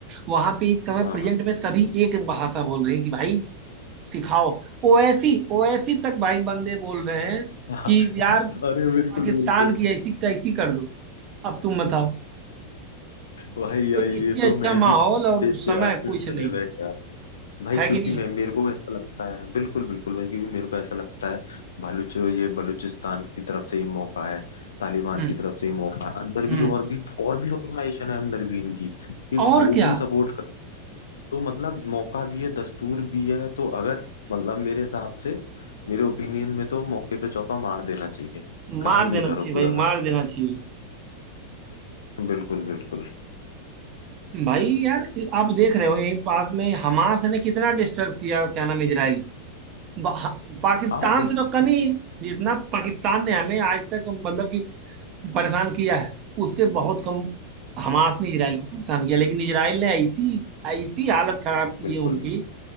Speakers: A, on the right (about 35°); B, on the left (about 65°).
A: वहां पे इस समय
B: हाँ
A: प्रेजेंट में सभी एक भाषा बोल रहे हैं कि भाई सिखाओ ओवैसी ओवैसी तक भाई बंदे बोल रहे हैं
B: हाँ।
A: कि यार
B: अरे
A: पाकिस्तान
B: बिल्कुल बिल्कुल
A: की ऐसी तैसी कर दो अब तुम बताओ
B: भाई यार
A: तो
B: ये
A: इससे
B: तो
A: अच्छा
B: मैं
A: माहौल
B: भी सोच
A: और
B: देख
A: समय
B: के आश्चर्य
A: कुछ नहीं है
B: रह गया भाई
A: है
B: क्योंकि
A: कि नहीं
B: मैं मेरे को ऐसा लगता है बिल्कुल बिल्कुल भाई क्योंकि मेरे को ऐसा लगता है बलूच ये बलूचिस्तान की तरफ से ही मौका है तालिबान
A: हम्म
B: की तरफ से ही मौका है अंदर भी
A: हम्म
B: और भी और भी ऑर्गेनाइजेशन है अंदर भी इनकी कि
A: और
B: वो
A: क्या
B: भी सपोर्ट तो मतलब मौका भी है दस्तूर भी है तो अगर मतलब मेरे हिसाब से मेरे ओपिनियन में तो मौके पे चौका मार देना चाहिए खत्म
A: मार देना
B: ही करो
A: चाहिए
B: पूरा
A: भाई
B: मैटर
A: मार देना चाहिए
B: बिल्कुल बिल्कुल
A: भाई यार आप देख रहे हो यहीं पास में हमास ने कितना डिस्टर्ब किया क्या नाम है, इजराइल को बा- पाकिस्तान
B: हाँ बिल्कुल
A: से तो कम ही जितना पाकिस्तान ने हमें आज तक मतलब कि परेशान किया है उससे बहुत कम हमास ने इजराइल को परेशान किया लेकिन इजराइल ने ऐसी ऐसी हालत खराब की
B: बिल्कुल
A: है उनकी